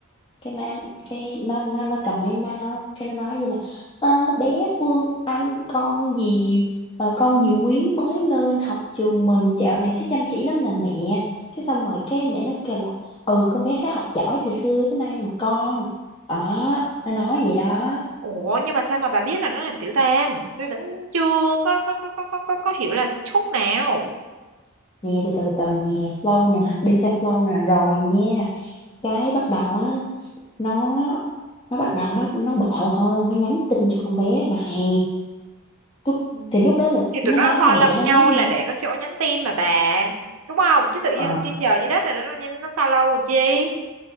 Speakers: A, on the left; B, on the right.
A: cái má cái nó nó nó cầm máy má nó cái nó nói gì nè "Ờ, bé Phương Anh con gì ờ, con gì Quyến mới lên học trường mình dạo này thấy chăm chỉ lắm nè mẹ cái xong rồi cái mẹ nó kêu là ừ con bé đó học giỏi từ xưa tới nay mà con đó nó nói vậy đó
B: Ủa nhưng mà sao mà bà biết là nó làm tiểu tam? Tôi vẫn chưa có có có có có, có hiểu là chút nào.
A: nè từ từ từ nè flow nè đi theo flow nè rồi nha cái bắt đầu á nó nó bắt đầu nó nó bạo hơn nó nhắn tin cho con bé này Tôi,
B: Ừ.
A: thì lúc đó là
B: thì
A: nó
B: tụi nó
A: nói
B: follow
A: là mẹ nó
B: nhau
A: nói nha
B: là để có chỗ nhắn tin mà bà đúng không chứ tự dưng
A: ờ
B: trên trời dưới đất này nó nó follow làm chi